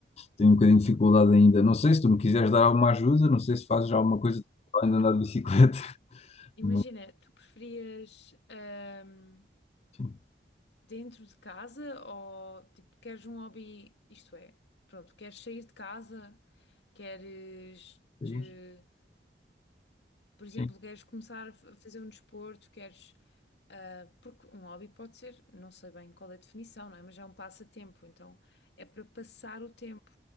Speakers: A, on the left (about 35°); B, on the left (about 75°).
A: Tenho um bocadinho de dificuldade ainda. Não sei se tu me quiseres dar alguma ajuda, não sei se fazes já alguma coisa para além de andar de bicicleta. <laughs>
B: Imagina,
A: Mas,
B: tu preferias ahm,
A: sim,
B: dentro de casa ou tipo, queres um hobby, isto é, pronto, queres sair de casa, queres.
A: é isso.
B: eh, Por exemplo,
A: Sim,
B: queres começar a fa- fazer um desporto, queres. ah, porque um hobby pode ser, não sei bem qual é a definição, não é? Mas é um passatempo, então é para passar o tempo.